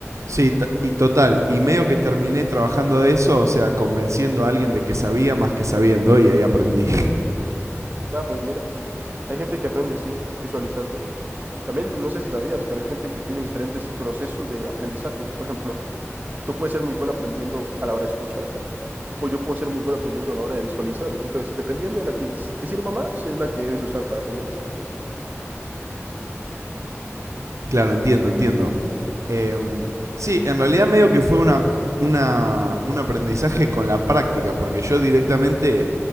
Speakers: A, on the right (about 80°); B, on the right (about 35°).
A: Sí, y total, y medio que terminé trabajando de eso, o sea, convenciendo a alguien de que sabía más que sabiendo y ahí aprendí. <laughs>
B: Ah, pues mira. Hay gente que aprende así, visualizando. También, no sé si sabías, pero hay gente que tiene diferentes procesos de aprendizaje. Por ejemplo, tú puedes ser muy bueno aprendiendo a la hora de escuchar, o yo puedo ser muy bueno aprendiendo a la hora de visualizar. Entonces, dependiendo de la que te sirva más, es la que debes usar para aprender las cosas.
A: claro, entiendo, entiendo. Em, sí, en realidad medio que fue una, una, un aprendizaje con la práctica, porque yo directamente,